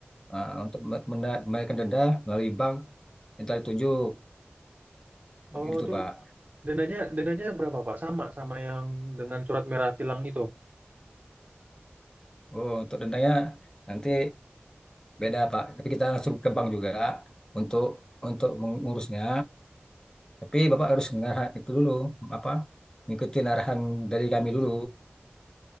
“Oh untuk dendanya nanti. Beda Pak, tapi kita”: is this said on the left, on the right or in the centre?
Left